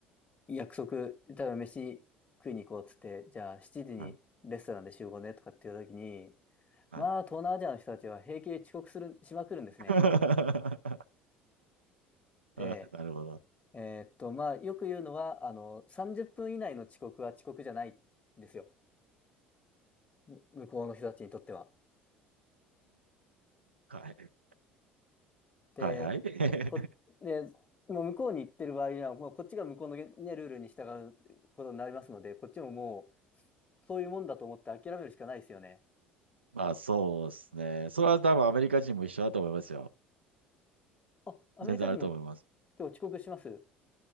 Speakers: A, on the left; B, on the right.
A: 約束、例えば飯食いに行こうっつって、じゃあ7時にレストランで集合ねとかっていう時に、
B: はい。はい。
A: まあ東南アジアの人たちは平気で遅刻する、しまくるんですね。
B: <laughs>
A: で、
B: なるほど。
A: えーっと、まあよく言うのは、あの、30分以内の遅刻は遅刻じゃないんですよ。む向こうの人たちにとっては。
B: はい。
A: で、
B: はい、はい。
A: こ、で、もう向こうに行ってる場合には、もうこっちが向こうの、ね、ルールに従うことになりますので、こっちももう、そういうもんだと思って諦めるしかないですよね。
B: まあそうですね。それは多分アメリカ人も一緒だと思いますよ。
A: あ、アメリカ人も
B: 全然あると思います。
A: 今日遅刻します。